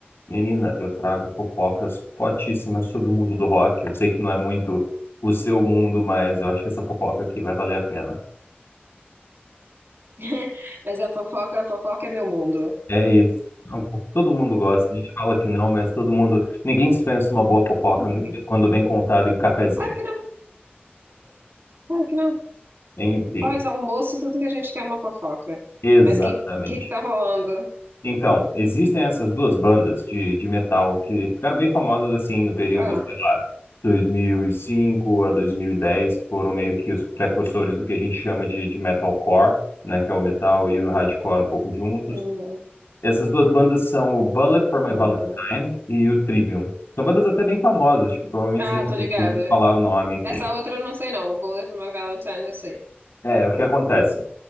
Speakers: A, on the left; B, on the right.
A: Menina, eu trago fofocas fortíssimas sobre o mundo do rock. Eu sei que não é muito o seu mundo, mas eu acho que essa fofoca aqui vai valer a pena.
B: <laughs> Mas a fofoca, a fofoca é meu mundo.
A: É isso. Não, fo- todo mundo gosta. A gente fala que não, mas todo mundo. Ninguém dispensa uma boa fofoca,
B: Hum.
A: muito quando bem contado e um cafezinho.
B: Claro que não, claro que não.
A: Enfim,
B: Pós-almoço, tudo que a gente quer é uma fofoca.
A: exatamente.
B: Mas o que, que que tá rolando?
A: Então, existem essas duas bandas de, de metal que ficaram bem famosas assim no período,
B: Ah,
A: sei lá, 2005 a 2010, que foram meio que os precursores do que a gente chama de, de metalcore, né, que é o metal e o hardcore um pouco juntos.
B: hum,
A: Essas duas bandas são o Bullet for My
B: uhum.
A: Valentine e o Trivium. São bandas até bem famosas, tipo, provavelmente
B: Ah,
A: você já
B: tô ligada.
A: ouviu falar o nome, enfim.
B: Essa outra eu não sei não. O Bullet for My Valentine eu sei.
A: É, o que acontece?